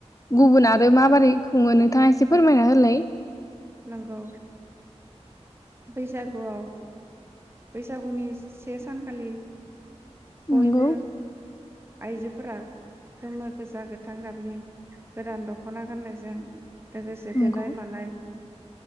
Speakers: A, on the left; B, on the right.
A: गुबुन आरो माबारै खुङो नोंथाङा एसे फोरमायना होलाय।
B: नोंगौ। बैसागुआव बैसागुनि से सानखालि बयबो
A: नंगौ
B: आइजोफोरा गोमो गोजा गोथां गाबनि गोदान दखना गाननायजों लोगोसे
A: नंगौ
B: देलाय मालाय